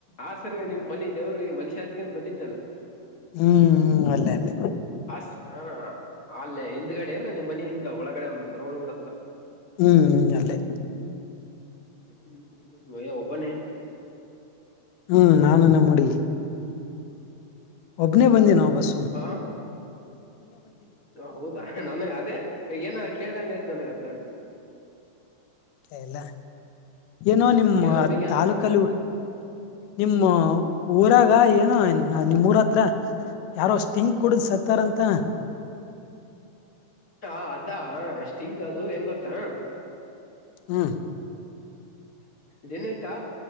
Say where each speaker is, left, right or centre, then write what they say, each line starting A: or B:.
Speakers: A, on the left; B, on the left.
A: ಆಸರಿ ನಿಮ್ ಮನೆಿ ದವ್ರು ಈ ಮನುಷಾಂತ ಏ ಬಂದಿದ್ನಲ್ಲ
B: ಹ್ಮ್ ಅಲ್ಲೇ ಅಲ್ಲೇ
A: ಅಸ್ ಹ ಅಲ್ಲ ಹಿಂದ್ಗಡೆಲ್ಲ ಇಲ್ಲ ನಿಮ್ಮ್ ಮನೆಯಿಂದ ಒಳಗಡೆ ಒಂದ್ ರೋಡ್ ಬರುತ್ತಲ್ಲ
B: ಹ್ಮ್ ಹ್ಮ ಅಲ್ಲೇ
A: ಹ್ಮ್ಮ ವಯ ಬನ್ನ
B: ಹ್ಮ್ ನಾನು <unintelligible> ಒಬ್ನೇ ಬಂದಿ ನಾವು ವಸ
A: ಹ ಹೌದಾ ನನ್ ಅದೇ ಏನ ಕೇಳ್ದಂಗ ಆಯ್ತ್ು ನನಗೆ ಅಲ್ಕಂತೆೆ
B: ಇಲ್ಲ ಏನೋ ನಿಮ್ಮ
A: ಏನೋ ಹುಡುಗಿ ಅಂತ
B: ತಾಲೂಕಲ್ಲ
A: ಬಂತ
B: ನಿಮ್ಮ ಊರಾಗ ಈಗ ಏನೋ ನಿಮ್ೂರ ಹತ್ರ ಯಾರೋಷ್ಟಿಂಕ್ ಕೊಡುದ್ ಸತ್ತಾರ್ ಅಂತ
A: ಹಾ ಅದಾ ಎಷ್ಟ ಹಿಂಗ್ ಅದು ಹೆಂಗ ಗೊತ್ತಾ
B: ಹ್ಮ
A: ದಿನಕ್ಕ